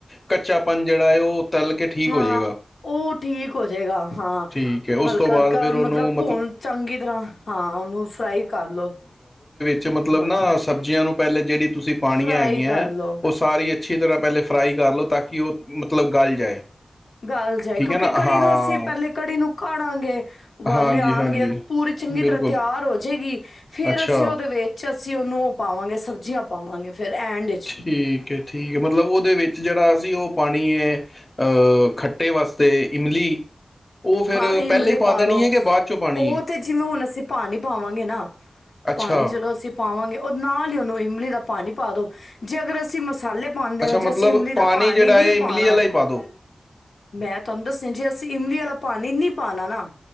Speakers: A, on the left; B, on the left.
A: ਕੱਚਾਪਨ ਜਿਹੜਾ ਹੈ ਉਹ ਤਲ ਕੇ ਠੀਕ
B: ਹਾਂ
A: ਹੋ ਜਾਏਗਾ
B: ਉਹ ਠੀਕ ਹੋ ਜਾਏਗਾ, ਹਾਂ
A: ਠੀਕ ਹੈ ਉਸ
B: ਹਲਕਾ-ਹਲਕਾ
A: ਤੋਂ ਬਾਅਦ ਫਿਰ ਉਹਨੂੰ
B: ਮਤਲਬ ਭੂਣ ਚੰਗੀ ਤਰ੍ਹਾਂ ਹਾਂ ਉਹਨੂੰ ਫਰਾਈ ਕਰ ਲੋ।
A: ਕਿ ਮਤਲਬ
B: ਹਾਂ,
A: ਨਾ ਸਬਜ਼ੀਆਂ ਨੂੰ ਪਹਿਲੇ ਜਿਹੜੀ ਤੁਸੀਂ ਪਾਣੀਆਂ
B: ਫਰਾਈ
A: ਹੈਗੀਆਂ
B: ਕਰ
A: ਐ।
B: ਲੋ
A: ਉਹ ਸਾਰੀ ਅੱਛੀ ਤਰ੍ਹਾਂ ਪਹਿਲੇ ਫਰਾਈ ਕਰ ਲਓ ਤਾਂ ਕਿ ਉਹ ਮਤਲਬ ਗਲ ਜਾਏ।
B: ਗੱਲ ਜਾਏ
A: ਠੀਕ
B: ਕਿਉਂਕਿ
A: ਹੈ ਨਾ
B: ਕੜੀ
A: ਹਾਂ
B: ਨੂੰ ਅਸੀਂ ਪਹਿਲੇ ਕੜੀ ਨੂੰ ਕਾੜਾਂਗੇ ਉਬਾਲੇ
A: ਹਾਂਜੀ
B: ਆਨਗੇ
A: ਹਾਂਜੀ
B: ਪੂਰੀ ਚੰਗੀ
A: ਬਿਲਕੁਲ
B: ਤਰ੍ਹਾਂ ਤਿਆਰ ਹੋ ਜਏਗੀ ਫੇਰ
A: ਅੱਛਾ
B: ਅਸੀਂ ਉਹਦੇ ਵਿੱਚ ਤੇ ਅਸੀਂ ਉਹਨੂੰ ਉਹ ਪਾਵਾਂਗੇ ਸਬਜ਼ੀਆਂ ਪਾਵਾਂਗੇ। ਫੇਰ ਐਂਡ ਚ
A: ਠੀਕ ਐ, ਠੀਕ ਕਿ ਮਤਲਬ ਉਹਦੇ ਵਿੱਚ ਜਿਹੜਾ ਅਸੀਂ ਉਹ ਪਾਣੀ ਏ ਅਹ ਖੱਟੇ ਵਾਸਤੇ ਇਮਲੀ ਉਹ ਫਿਰ
B: ਹਾਂ ਇਮਲੀ
A: ਪਹਿਲੇ ਹੀ
B: ਪਾ
A: ਦੇਣੀ
B: ਲਓ
A: ਹੈ ਕਿ ਬਾਅਦ ਚੋਂ ਪਾਣੀ
B: ਉਹ
A: ਹੈ
B: ਤੇ ਜਿਵੇਂ ਹੁਣ ਅਸੀਂ ਪਾਣੀ ਪਾਵਾਂਗੇ ਨਾ
A: ਅੱਛਾ
B: ਪਾਣੀ ਜਦੋਂ ਅਸੀਂ ਪਾਵਾਂਗੇ ਉਹ ਨਾਲ ਹੀ ਉਹਨੂੰ ਇਮਲੀ ਦਾ ਪਾਣੀ ਪਾ ਦੋ ਜੇ ਅਗਰ ਅਸੀਂ ਮਸ ਮਸਾਲੇ ਪਾਉਂਦੇ
A: ਅੱਛਾ
B: ਵਿੱਚ
A: ਮਤਲਬ
B: ਜੇ ਅਸੀਂ ਇਮਲੀ ਦਾ ਪਾਣੀ
A: ਜਿਹੜਾ
B: ਨਹੀਂ
A: ਹੈ ਇਮਲੀ
B: ਪਾਉਣਾ
A: ਵਾਲਾ ਹੀ ਪਾ ਦੋ
B: ਮੈਂ ਤੁਹਾਨੂੰ ਦੱਸਿਆ ਜੇ ਅਸੀਂ ਇਮਲੀ ਵਾਲਾ ਪਾਣੀ ਨਹੀਂ ਪਾਉਣਾ ਨਾ